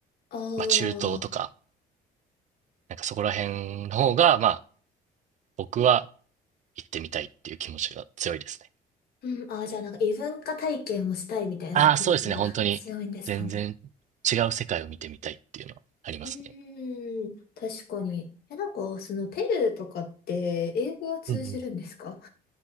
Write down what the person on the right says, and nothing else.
まあ中東とか、なんかそこら辺の方が、まあ、僕は行ってみたいっていう気持ちが強いですね。
ああ、そうですね。本当に、全然違う世界を見てみたいっていうのはありますね。
うんうん。